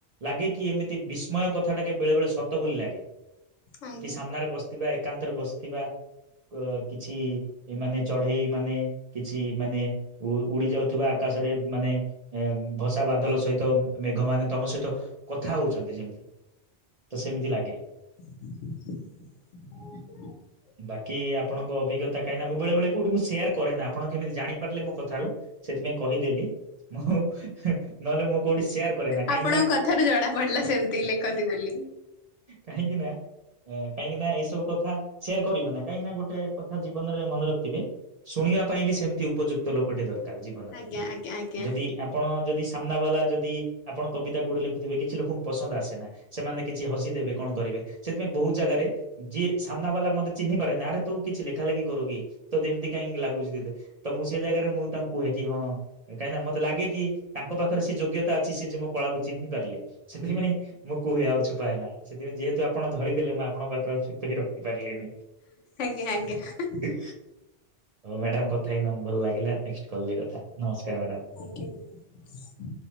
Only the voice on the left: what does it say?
ଆଜ୍ଞା।
<unintelligible>
ଆପଣଙ୍କ
କଥାରୁ ଜଣା ପଡିଲା ସେମିତି ଲେଖନ୍ତି ବୋଲି।
ଆଜ୍ଞା ଆଜ୍ଞା ଆଜ୍ଞା
ଆଜ୍ଞା ଆଜ୍ଞା।
ଥ୍ୟାଙ୍କ ୟୁ।